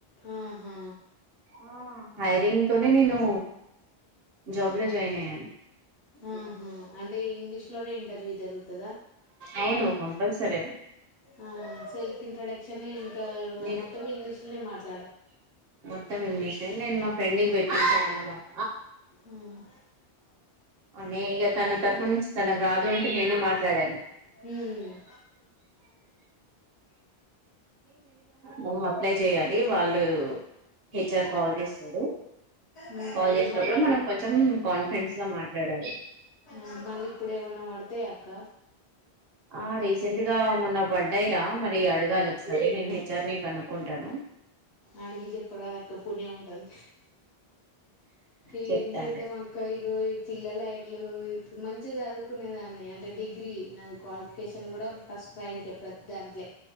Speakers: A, on the left; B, on the right.
A: ఆహా
B: ఆ హైరింగ్ తోనే నేను జాబ్ లో జాయిన్ అయ్యాను
A: ఆహా అంటే ఇంగ్లీష్ లోనే ఇంటర్వ్యూ జరుగుతు
B: అవును కంపల్సరీ అది
A: ఆ సెల్ఫ్ ఇంట్రడక్ట్ క్షనే ఇంకా ఏమైన్నా
B: నేను
A: మొత్తం ఇంగ్లీష్లోనే మాట్
B: మొత్తం ఇంగ్లీషులోనే నేను మా ఫ్రెండికి పెటించ అన్న మాట
A: ఆ, ఉమ్.
B: ఆ నేఇగ తనక్ తరపు నుంచి తనకు రాదు అంటే నేనే మాట్లాడాను
A: హ్మ్
B: నువ్వప్లై జెయ్యాలి వాళ్ళు హెచ్ ఆర్ కాల్ చేస్తారు
A: మ్మ్
B: కాల్ చేసినప్పుడు
A: మల్
B: మనం కొంచెం కాన్ఫిడెన్స్ గా మాట్లాడాలి
A: ఆ మళ్ళిప్పు ఏవన్నా వడతయా అక్క
B: ఆ రీసెంట్ గా మొన్న బడ్డాయిరా మరి అడగాలి ఒకసారి నేను హెచ్ ఆర్ నీ కనుక్కుంటానూ.
A: అడిగి జెప్ప రాదక్క పుణ్యం ఉంటది. ఏం
B: చెప్తాను
A: చేద్దమక్క
B: నేను
A: యిగో యి పిల్లలైన్లూ మంచిగ జదువుకునే దాన్ని అంటే డిగ్ గ్రీ నాది క్వాలిఫికేషన్ గుడా ఫస్ట్ ర్యాంకే ప్రత్ దాంట్లె